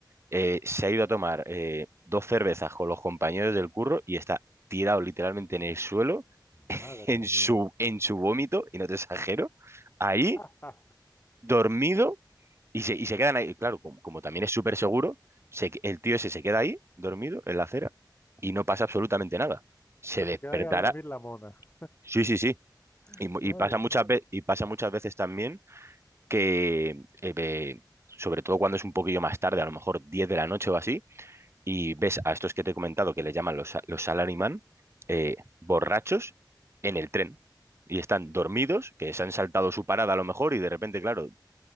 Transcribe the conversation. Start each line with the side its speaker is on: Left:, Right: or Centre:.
Right: eh, se ha ido a tomar eh, dos cervezas con los compañeros del curro y está tirado literalmente en el suelo,
Left: Madre
Right: <laughs> en
Left: mía.
Right: su, en su vómito, y no te exagero, ahí,
Left: <laughs>
Right: dormido, y se, y se quedan ahí. Claro, como, como también es súper seguro, se- el tío ese se queda ahí, dormido, en la acera, y no pasa absolutamente nada. Se
Left: O sea, se
Right: despertará.
Left: queda ahí a dormir la mona.
Right: Sí, sí, sí.
Left: <laughs>
Right: Y, mu-
Left: Madre,
Right: y pasa muchas veces, y pasa muchas veces también que, eh, eh, sobre todo cuando es un poquillo más tarde, a lo mejor 10 de la noche o así, y ves a estos que te he comentado que le llaman los, los salaryman, eh, borrachos en el tren. Y están dormidos, que se han saltado su parada a lo mejor, y de repente, claro,